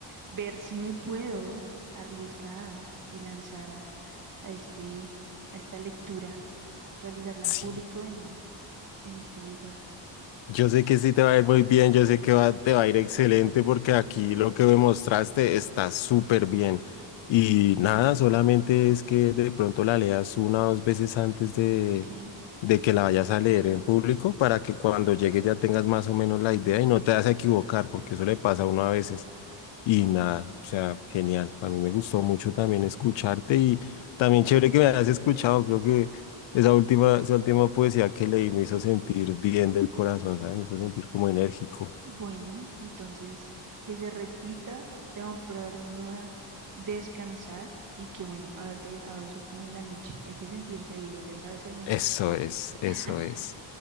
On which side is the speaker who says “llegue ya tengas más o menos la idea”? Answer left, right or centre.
Left